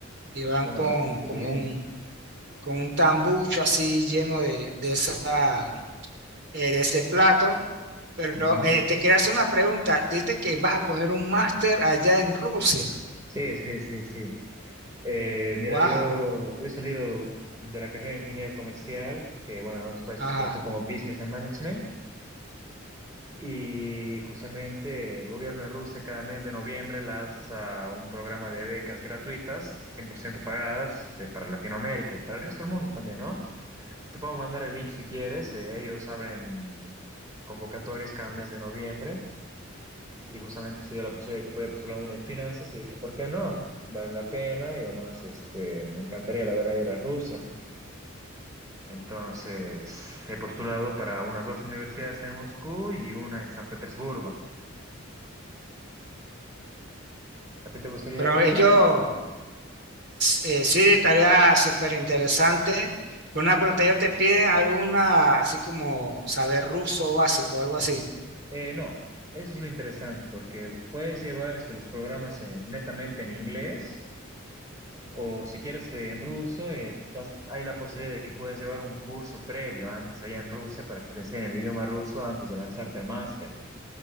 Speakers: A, on the right; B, on the right.
A: y van
B: suena
A: con,
B: bastante
A: como
B: bien.
A: un, con un tambucho así lleno de, de esa, eh, de ese plato pero
B: Ujú.
A: eh, te quería hacer una pregunta. Dices que vas a coger un máster allá en Rusia.
B: Sí, sí, sí, sí. Eh, mira,
A: Wow.
B: yo, yo he salido de la carrera de ingeniero comercial, que bueno, en otros países
A: Ajá.
B: se conoce como Business and Management, y justamente el gobierno de Rusia cada mes de noviembre lanza un programa de becas gratuitas, 100% pagadas, este, para Latinoamérica y para el resto del mundo también, ¿no? Te puedo mandar el link si quieres, eh, ellos abren convocatorias cada mes de noviembre. y justamente se dio la posibilidad de que podía postular uno en finanzas y dije, ¿por qué no? Vale la pena y además este, me encantaría la verdad ir a Rusia. Entonces he postulado para unas dos universidades en Moscú y una en San Petersburgo. ¿A ti te gustaría
A: Pero
B: ir a Rusia?
A: ellos eh, sí, tarea súper interesante. Pero una pregunta, ellos te piden alguna, así como saber ruso básico, algo así.
B: Eh, no, eso es lo interesante porque puedes llevar este, los programas en- netamente en inglés o si quieres eh, en ruso, eh, das- hay la posibilidad de que puedes llevar un curso previo antes allá en Rusia para que te enseñen el idioma ruso antes de lanzarte al máster.